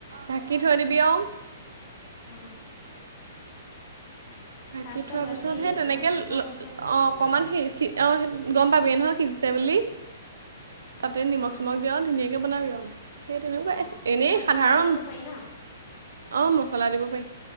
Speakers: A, on the right; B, on the left.
A: ঢাকি থৈ দিবি আৰু
B: উম
A: ঢাকি
B: তাৰ
A: থোৱাৰ
B: অলপ
A: পিছত
B: দেৰি
A: সেই তেনেকে
B: ঢাকি থোৱাৰ পিছত
A: অ অকণমান শেষ অঁ গম পাবিয়ে নহয় সিজিছে বুলি। তাতে নিমখ
B: অ
A: চিমখ দি আৰু ধুনীয়াকে বনাবি আৰু সেই তেনেকুৱা
B: অ
A: এনেই
B: মচলাও
A: সাধাৰণ
B: দিব পাৰি ন
A: অ মচলা দিব পাৰি